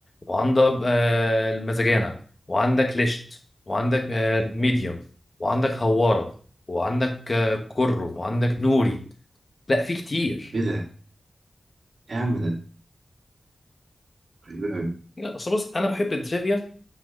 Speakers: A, on the left (about 35°); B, on the right (about 65°).
A: وعندك آه... المزجانه وعندك ليشت وعندك آه... ميديوم وعندك هواره وعندك آه... كرو وعندك نوري لا في كتير
B: ايه ده إيه يا عم ده غريب قوي
A: لا اصل بص انا بحب التريفيا